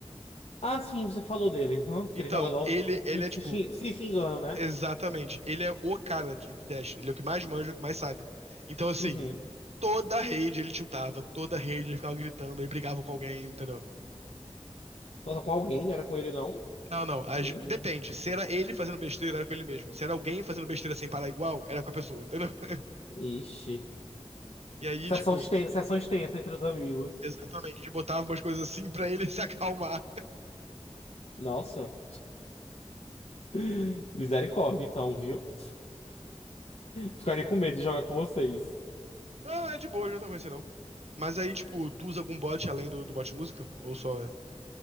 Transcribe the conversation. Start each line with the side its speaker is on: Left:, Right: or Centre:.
Left: Ah, sim, você falou dele. hã? Que
Right: Então,
Left: ele joga LOL
Right: ele, ele
Left: xing-
Right: é
Left: se,
Right: tipo,
Left: xing- se xingando, né?
Right: exatamente, ele é o cara de- do Dash, ele é o que mais manja, o que mais sabe. Então, assim,
Left: Uhum.
Right: toda a rede ele tiltava, toda a rede ele ficava gritando e brigava com alguém, entendeu?
Left: Nossa, com alguém, não era com ele, não?
Right: Não, não. as-
Left: Ih,
Right: Depende. Se era ele fazendo besteira, era com ele mesmo. Se era alguém fazendo besteira sem parar igual, era com a pessoa, entendeu? <laughs>
Left: Ixi.
Right: E aí,
Left: Sessão
Right: tipo,
Left: extensa, sessão extensa entre os amigos.
Right: exatamente, a gente botava umas coisas assim pra ele <laughs> se acalmar.
Left: Nossa. <laughs> Misericórdia, então, viu? Ficaria com medo de jogar com vocês.
Right: Ah, é de boa, não tá ruim assim, não. Mas aí, tipo, tu usa algum bot além do, do bot música? Ou só